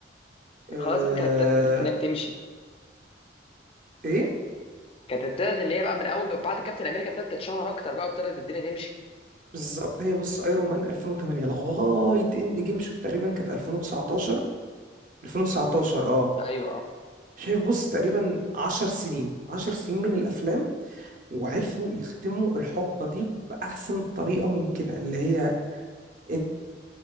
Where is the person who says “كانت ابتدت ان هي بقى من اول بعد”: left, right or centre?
Left